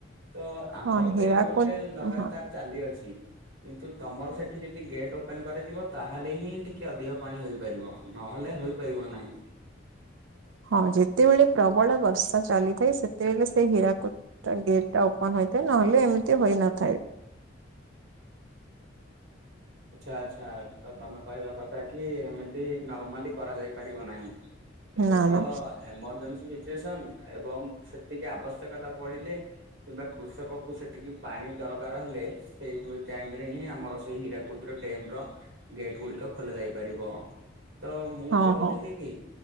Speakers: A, on the right; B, on the right.
A: ତ ଆମର
B: ହଁ ହୀରାକୁଦ
A: ତ ଏଇପଟେ ଲଗାତାର
B: ହଁ
A: ଚାଲିଅଛି। କିନ୍ତୁ ତମର ସେଠି ଯଦି ଗେଟ୍ ଓପେନ୍ କରାଯିବ, ତାହେଲେ ହିଁ ଟିକେ ଅଧିକ ପାଣି ହୋଇପାରିବ, ନହେଲେ ହୋଇ ପାରିବ ନାହିଁ।
B: ହଁ ଯେତେବେଳେ ପ୍ରବଳ ବର୍ଷା ଚାଲିଥାଏ, ସେତେବେଳେ ସେ ହୀରାକୁ ଗେଟ୍ ଟା ଓପନ ହେଇଥାଏ, ନହେଲେ ଏମିତି ହୋଇନଥାଏ।
A: ଆଚ୍ଛା ଆଚ୍ଛା ତ ତମେ କହିବା କଥା କି ଏମିତି ନର୍ମାଲି କରାଯାଇ ପାରିବ ନାହିଁ, କେବଳ
B: ନା ନା
A: ଏମରଜେନ୍ସି ସିଚୁଏସନ, ଏବଂ ସେତିକି ଆବଶ୍ୟକତା ପଡିଲେ କିମ୍ବା କୃଷକ କୁ ସେତିକି ପାଣି ଦରକାର ହେଲେ, ସେଇ ଟାଇମ ରେ ହିଁ ଆମର ସେଇ ହୀରା ଡ୍ୟାମ ର ଗେଟ ଗୁଡିକ ଖୋଲା ଯାଇ ପାରିବ। ତ ମୁଁ
B: ହଁ
A: କହୁଥିଲି
B: ହଁ
A: କି